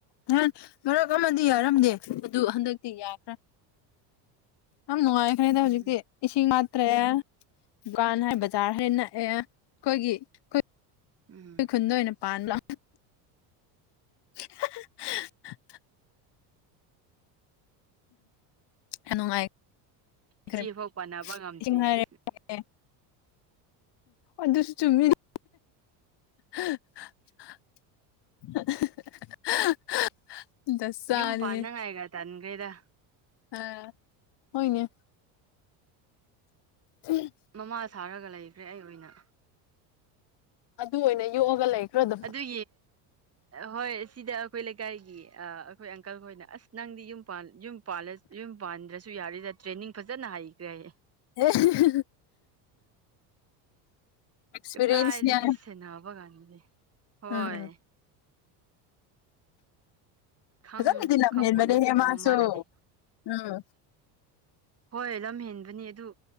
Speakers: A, on the left; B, on the right.
A: ꯅꯍꯥꯟ ꯃꯔꯛ ꯑꯃꯗꯤ ꯌꯥꯔꯝꯗꯦ ꯑꯗꯨ ꯍꯟꯗꯛꯇꯤ ꯌꯥꯈ꯭ꯔꯦ ꯑꯝ ꯅꯨꯡꯉꯥꯏꯈ꯭ꯔꯦꯗ
B: ꯎꯝ
A: ꯍꯧꯖꯤꯛꯇꯤ ꯏꯁꯤꯡ ꯋꯥꯠꯇ꯭ꯔꯦ ꯗꯨꯀꯥꯟ ꯍꯥꯏ ꯕꯖꯥꯔ ꯍꯥꯏ ꯅꯛꯑꯦ ꯑꯩꯈꯣꯏꯒꯤ ꯈꯣꯏ
B: ꯎꯝ
A: ꯈꯨꯟꯗꯅ ꯑꯣꯏꯅ ꯄꯥꯟꯂꯣ <unintelligible> ꯌꯥꯝ ꯅꯨꯡꯉꯥꯏꯈ꯭ꯔꯦ
B: ꯏꯆꯦꯐꯥꯎ ꯄꯥꯟꯅꯕ ꯉꯝꯗ꯭ꯔꯤꯉꯩ
A: ꯏꯁꯤꯡ ꯍꯥꯏꯔꯦ ꯑꯦ ꯑꯗꯨꯁꯨ ꯆꯨꯝꯃꯤꯅꯤ <unintelligible> ꯗꯁꯥꯅꯤꯍꯦ
B: ꯌꯨꯝ ꯄꯥꯟꯅꯉꯥꯏꯒ ꯇꯥꯟꯈ꯭ꯔꯦꯗ
A: ꯑ ꯍꯣꯏꯅꯦ ꯎꯝ
B: ꯃꯃꯥ ꯁꯥꯔꯒ ꯂꯩꯈ꯭ꯔꯦ ꯑꯩ ꯑꯣꯏꯅ
A: ꯑꯗꯨ ꯑꯣꯏꯅ ꯌꯣꯛꯑꯒ ꯂꯩꯈ꯭ꯔꯣ ꯗꯨꯝ
B: ꯄꯦ ꯍꯣꯏ ꯁꯤꯗ ꯑꯩꯈꯣꯏ ꯂꯩꯀꯥꯏꯒꯤ ꯑꯩꯈꯣꯏ ꯑꯪꯀꯜ ꯍꯣꯏꯅ ꯑꯁ ꯅꯪꯗꯤ ꯌꯨꯝ ꯄꯥꯟ ꯌꯨꯝ ꯄꯥꯜꯂ ꯌꯨꯝ ꯄꯥꯟꯗ꯭ꯔꯁꯨ ꯌꯥꯔꯦꯗ ꯇ꯭ꯔꯦꯅꯤꯡ ꯐꯖꯅ ꯍꯩꯈ꯭ꯔꯦ ꯍꯥꯏꯌꯦ
A: ꯑꯦ <unintelligible> ꯑꯦꯛꯁꯄꯤꯔꯤꯌꯦꯟꯁꯅꯦ
B: ꯀꯗꯥꯏꯗꯒꯤ ꯁꯦꯟꯅꯕ ꯀꯥꯟꯗꯗꯤ ꯍꯣꯏ
A: ꯎꯝ
B: ꯈꯪ
A: ꯐꯗꯤꯅ
B: ꯈꯪꯄꯣꯠ
A: ꯃꯅꯦ
B: ꯅꯠꯇꯦ
A: ꯍꯦꯃꯁꯨ
B: ꯑꯗꯨ ꯃꯃꯥꯅꯗꯤ
A: ꯎꯝ
B: ꯍꯣꯏ ꯂꯝ ꯍꯦꯟꯕꯅꯤ ꯑꯗꯨ